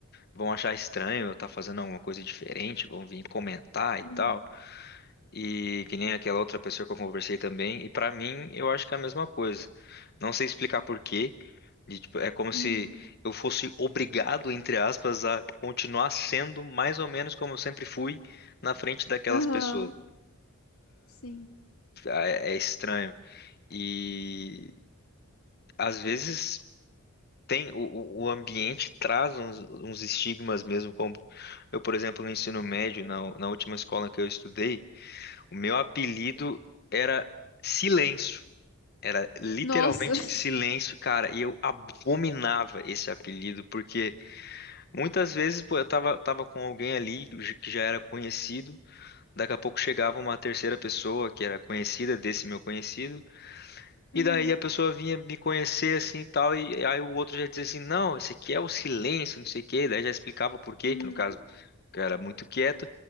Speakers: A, on the left; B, on the left.
A: vão achar estranho eu estar fazendo alguma coisa diferente, vão vir comentar e
B: aham.
A: tal.
B: Uhum,
A: E que nem aquela outra pessoa que eu conversei também. E pra mim, eu acho que é a mesma coisa. Não sei explicar por quê. de, tipo, é como
B: uhum.
A: se eu fosse obrigado, entre aspas, a continuar sendo mais ou menos como eu sempre fui na frente daquelas
B: Aham,
A: pessoas.
B: sim.
A: Ah, É, é estranho. E às vezes tem o, o o ambiente traz uns, uns estigmas mesmo, como eu, por exemplo, no ensino médio, na, na última escola que eu estudei, o meu apelido era Silêncio. Era literalmente
B: Nossa. <laughs>
A: silêncio, cara. E eu abominava esse apelido, porque muitas vezes, pô, eu tava, tava com alguém ali que j- que já era conhecido. Daqui a pouco chegava uma terceira pessoa que era conhecida desse meu conhecido. E
B: Uhum,
A: daí a pessoa vinha me conhecer assim e tal, e aí o outro já dizia assim, não, esse aqui é o silêncio, não sei o quê, daí já explicava por quê,
B: uhum.
A: que no caso o cara era muito quieto.